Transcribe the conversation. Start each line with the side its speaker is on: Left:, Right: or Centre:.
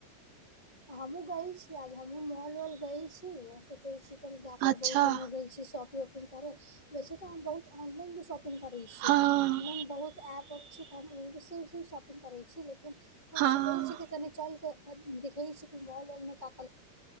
Left: हमहूँ गेलै छी आ हमहूँ मॉल वॉल गैल छी सोचैत छी जाके
Right: अच्छा
Left: बहुत दिनो गेल छै शॉपिंग व उपिंग करे वैसे तऽ हम बहुत ऑनलाइन भी शॉपिंग करै छी
Right: हँ
Left: ऑनलाइन बहुत ऐप छै तऽ हम ओस शॉपिंग करै छी लेकिन हम
Right: हँ
Left: सोचै छी तनि चल के देखे छी कि मॉल वलं काफी